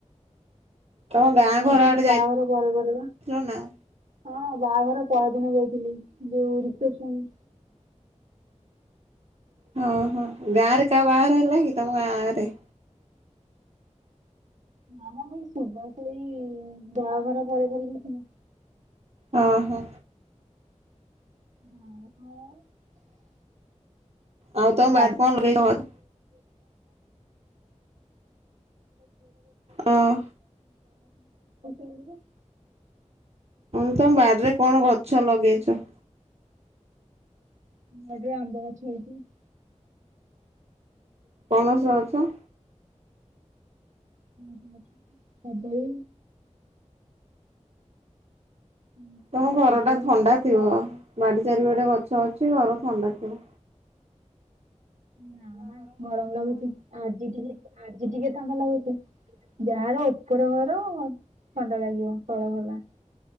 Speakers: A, on the right; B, on the right.
A: ତମ ଗାଁ
B: ଯାଇଥିଲି
A: ଘର ଆଡେ
B: ବାହାଘର
A: ଯାଇଥିଲ
B: ପରେ ପରେ ବା
A: ନା।
B: ହଁ ବାହାଘର ପରଦିନ ଯାଇଥିଲି। ଯୋଉ ରସେପସନ
A: ହଁ, ହଁ ଗାଁ ରେ କା ବାହାଘର ହେଲା କିି ତମ ଗାଁ ରେ
B: ନା ନା ସେଇ ସୁଭାସ ଏଇ ବାହାଘର ପରେ ପରେ <inaudible>
A: ହଁ ହୋ।
B: ଅଁହଁ।
A: ଆଉ
B: ସେ
A: ତମ
B: ବାଦାମ
A: ବାଡିରେ କଣ ଲଗେଇଛ
B: <unintelligible>
A: ଗଛ? ଓ ମୁଁ
B: <unintelligible> <inaudible> <unintelligible>
A: ଆଉ ତମ ବାରିରେ କଣ ଗଛ ଲଗେଇଛ।
B: ଆମ ବାରିରେ ଆମ୍ବଗଛ ଲଗେଇଛନ୍ତି।
A: ପଣସ ଗଛ।
B: <unintelligible> କଦଳି। ଉଁ
A: ତମ ଘର
B: ବେଲ
A: ଟା ଥଣ୍ଡା ଥିବ। ବାଡ଼ି ଚାରି ଗଟେ ଗଛ ଅଛି ଘର ଥଣ୍ଡା ଥିବ।
B: ନା ନା ଗରମ ଲାଗୁଛି। ଆଜି ଟିକେ ଆଜି ଟିକେ ଥଣ୍ଡା ଲାଗୁଛି। ଯାହାର ଉପର ଘର ଥଣ୍ଡା ଲାଗିବ ତଳ ଘରରା।